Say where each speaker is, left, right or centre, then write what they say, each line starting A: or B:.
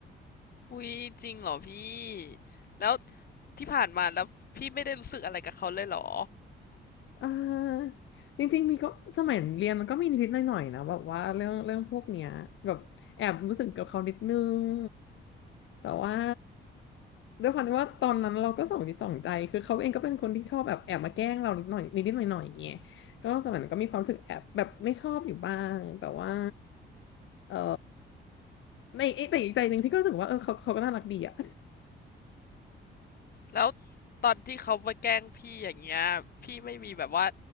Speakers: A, on the left; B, on the left.
A: อุ๊ยจริงเหรอพี่แล้วที่ผ่านมาแล้วพี่ไม่ได้รู้สึกอะไรกับเขาเลยเหรอ
B: เออจริงๆมีก็สมัยเรียนมันก็มีนิดๆหน่อยๆนะแบบว่าเรื่องเรื่องพวกเนี้ยแบบแอบรู้สึกกับเขานิดนึงแต่ว่าด้วยความที่ว่าตอนนั้นเราก็สองจิตสองใจคือเขาเองก็เป็นคนที่ชอบแบบแอบมาแกล้งเรานิดหน่อยนิดๆหน่อยๆอย่างเงี้ยก็สมัยนั้นก็มีความรู้สึกแอบแบบไม่ชอบอยู่บ้างแต่ว่าเออในเอ๊ะแต่อีกใจหนึ่งพี่ก็รู้สึกว่าเออเขาเขาก็น่ารักดีอะ
A: แล้วตอนที่เขามาแกล้งพี่อย่างเงี้ยพี่ไม่มีแบบว่า